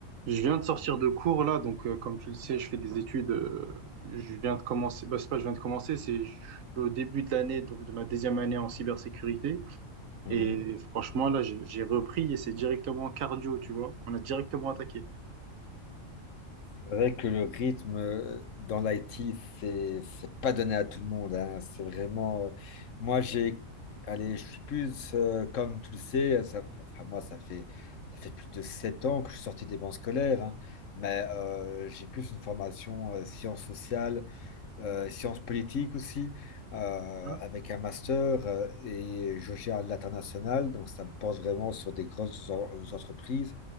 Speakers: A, on the right (about 80°); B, on the left (about 70°).
A: Je viens de sortir de cours là, donc euh, comme tu le sais, je fais des études. euh, je viens de commencer, bah, c'est pas je viens de commencer, c'est je suis au début de l'année, donc de ma deuxième année en cybersécurité.
B: Mhm.
A: Et franchement, là, j'ai j'ai repris et c'est directement cardio, tu vois. On a directement attaqué.
B: C'est vrai que le rythme euh, dans l'IT, c'est c'est pas donné à tout le monde. hein. C'est vraiment. euh, moi, j'ai. Allez, je suis plus. euh, comme tu le sais, ça, enfin, moi, ça fait, ça fait plus de 7 ans que je suis sorti des bancs scolaires. hein. mais euh, j'ai plus une formation euh, sciences sociales euh, sciences politiques aussi, euh,
A: Mhm.
B: avec un master euh, et je gère l'international, donc ça me porte vraiment sur des grosses en- entreprises.